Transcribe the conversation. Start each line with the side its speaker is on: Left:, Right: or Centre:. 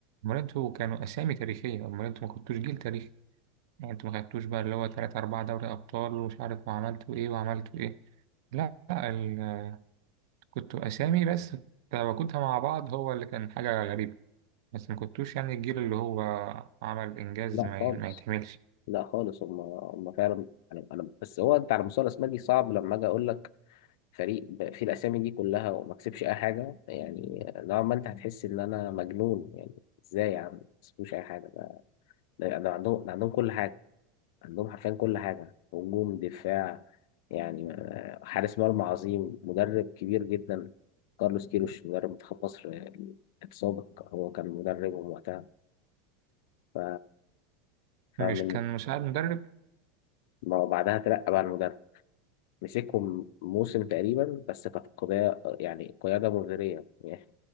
Right: امال انتوا كانوا اسامي تاريخية امال انتوا ما كنتوش جيل تاريخي يعني انتوا ما خدتوش بقى اللي هو تلات أربعة دوري أبطال ومش عارف وعملتوا إيه وعملتوا إيه لا لا، ال... كنتوا أسامي بس تواجدها مع بعض هو اللي كان حاجة غريبة بس ما كنتوش يعني الجيل اللي هو عمل إنجاز
Left: لا
Right: ما,
Left: خالص
Right: ي... ما يتحملش
Left: لا خالص هم هم فعلا أنا أنا بس هو أنت على مستوى الأسماء دي صعب لما أجي أقول لك فريق ب- فيه الاسامي دي كلها وما كسبش اي حاجه يعني نوعا ما انت هتحس ان انا مجنون يعني ازاي يا عم ما كسبوش اي حاجه ده ده ده عندهم ده عندهم كل حاجه عندهم حرفيا كل حاجه هجوم دفاع يعني آه، حارس مرمى عظيم مدرب كبير جدا كارلوس كيروش مدرب منتخب مصر آه، السابق هو كان مدربهم وقتها ف... فمن
Right: مش كان مساعد مدرب
Left: ما بعدها ترقى بقى المدرب مسكهم موسم تقريبا بس كانت قضية يعني قيادة مغرية <laughs> يعني